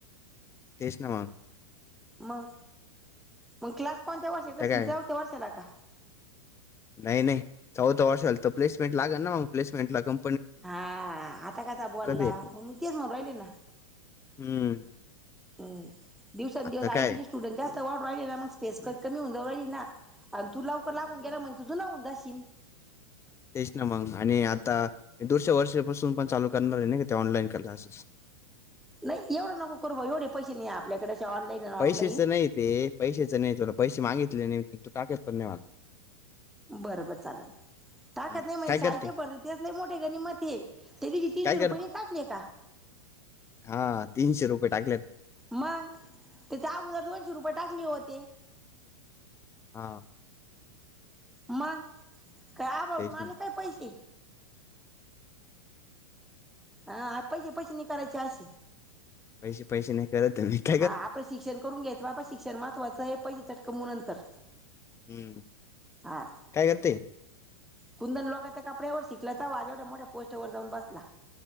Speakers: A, on the left; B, in the centre.
A: तेच ना मग
B: मग मग क्लास कोणत्या वर्षी करशील
A: तर काय
B: चौथ्या वर्षाला का?
A: नाही नाही चौथ्या वर्षा झाल तर प्लेसमेंट लागल ना मग प्लेसमेंटला कं
B: हा हा आता कसा बोलला
A: हे करून.
B: म मी तेच म्हणू रहिले ना
A: हम्म.
B: हम्म दिवसंदिवस
A: आता काय
B: आयटीचे स्टुडंट जास्त वाढू राहिले ना मग स्पेस कमी होऊन जाऊ राहिली ना आणं तू लवकर लागून गेला म्हणजे तु जुना होऊन जाशील.
A: तेच ना मग आणि आता दुसर्‍या वर्षापासून पण चालू करणारय ना का ते ऑनलाईन क्लासेस
B: नाही एवढं नको करू बाई, एवढे पैसे नाही आपल्याकडे ऑनलाईन. आणि
A: पैशेचं
B: ऑफलाईन
A: नाही ते, पैसेचं नाही थोडं पैसे मागितले तू टाकेेत पण ना‌ही मला.
B: बर बर चाललं. टाकत
A: हं,
B: नाही म्हणजे
A: काय करते?
B: शाळेचे पड तेच नाही मोठे गणी मध्ये ते दिशी तीनशे
A: काय करते?
B: रुपये टाकले का?
A: हा तीनशे रुपये टाकलेत.
B: मंग त्याचे अगोदर दोनशे रुपये टाकले होते.
A: हा.
B: मंग काय आभाळातून
A: तेच
B: आलेत
A: ना.
B: काय पैसे. हा, पैसेे पैसे नि करायचे अशी.
A: पैसे पैसे नाहीत. <unintelligible>
B: हा आपलं शिक्षण करून घ्यायचं, बाबा शिक्षण महत्त्वाचं हे पैसे चटकमू नंतर.
A: हम्म,
B: हा
A: काय करते.
B: कुंदन लोकांच्या कपड्यावर शिकलत <unintelligible> मोठ्या पोस्टवर जाऊन बसला.